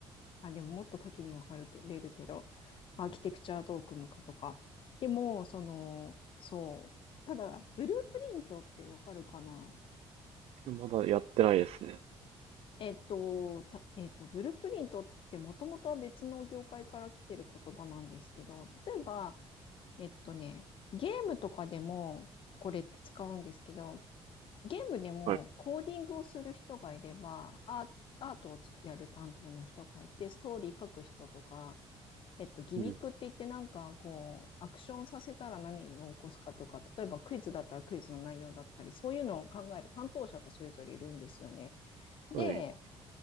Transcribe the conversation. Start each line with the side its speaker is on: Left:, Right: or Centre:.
Left: あ、でももっと多岐に分かれるけど、アーキテクチャどう組むかとか。でも、その、そう。ただ、ブループリントって分かるかな
Right: まだやってないですね。
Left: えっと、た、えっと、ブループリントってもともとは別の業界から来てる言葉なんですけど、例えば、えっとね、ゲームとかでもこれって使うんですけど、ゲームでもコーディングをする人がいれば、
Right: はい。
Left: アーアートをつくやる担当の人がいて、ストーリー書く人とか、えっと、ギミックって言ってなんかこう、
Right: うん。
Left: アクションさせたら何を起こすかとか、例えばクイズだったらクイズの内容だったり、そういうのを考える担当者がそれぞれいるんですよね。
Right: はい。
Left: で、